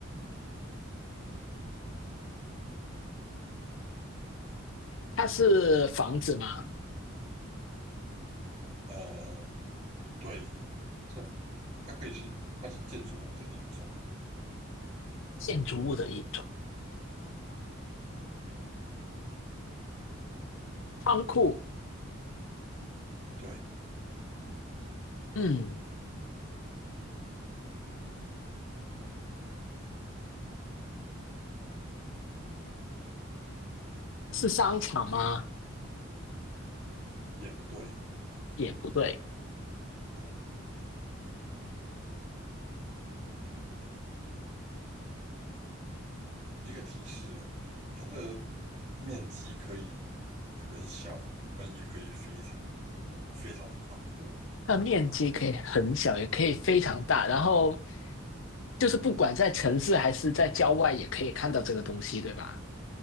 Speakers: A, on the left (about 65°); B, on the right (about 35°).
A: 它是房子吗？
B: 呃，对，这它可以是，它是建筑物的一种，
A: 建筑物的一种。仓库，
B: 不对，
A: 嗯，是商场吗？
B: 也不对，
A: 也不对，
B: 嗯，一个提示啊，它的面积可以很小，啊，也可以非常非常宽阔。
A: 它的面积可以很小，也可以非常大。然后就是不管在城市还是在郊外，也可以看到这个东西，对吧？